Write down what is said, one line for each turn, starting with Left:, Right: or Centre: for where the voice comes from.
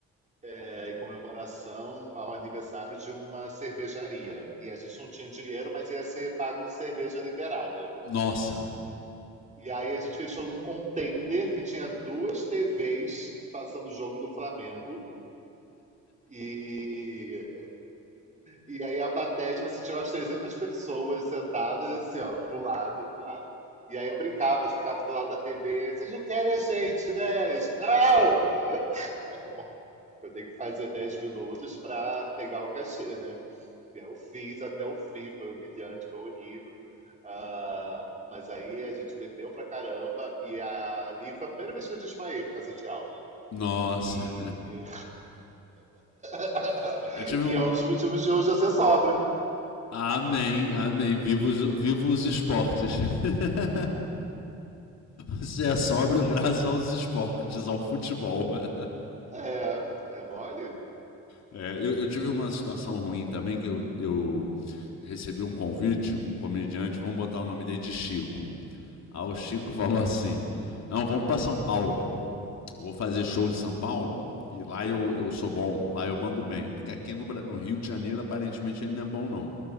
Right: é, em comemoração ao aniversário de uma cervejaria. E a gente não tinha dinheiro, mas ia ser pago em cerveja liberada.
Left: Nossa,
Right: E aí a gente fechou num container que tinha duas TVs passando o jogo do Flamengo. E E aí a plateia, tipo assim, tinha umas 300 pessoas sentadas, assim, ó, pro lado, pro lado. E aí eu brincava, eu ficava do lado da TV, vocês não querem a gente, né? Isso, Não! <laughs> Bom, eu tenho que fazer 10 minutos pra pegar o cachê, né? E aí eu fiz até o fim, foi humilhante, foi horrível. Ah, mas aí a gente bebeu pra caramba e ali foi a primeira vez que eu desmaiei por causa de álcool.
Left: Nossa.
Right: E, <laughs>
Left: <laughs> Eu tive
Right: e
Left: um.
Right: é um dos motivos de hoje eu ser sóbrio.
Left: Amém, amém. Viva os, viva os esportes. <laughs> Você é sóbrio graças aos esportes, ao futebol. <laughs>
Right: É, é mole?
Left: É, eu, eu tive uma situação ruim também, que eu, eu recebi um convite, um comediante, vamos botar o nome dele de Chico. Aí o Chico falou assim: Não, vamos para São Paulo. Vou fazer show em São Paulo e lá eu, eu sou bom, lá eu mando bem. Porque aqui no, no Rio de Janeiro, aparentemente, ele não é bom, não.